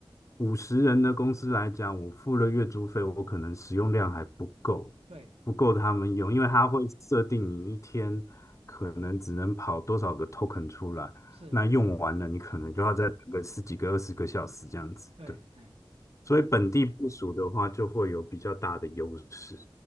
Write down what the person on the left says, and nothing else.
五十人的公司来讲，我付了月租费，我可能使用量还不够，
不够他们用，因为它会设定你一天可能只能跑多少个 token 出来，
那用完了你可能就要再等个十几个、二十个小时这样子。
对，
所以本地部署的话就会有比较大的优势，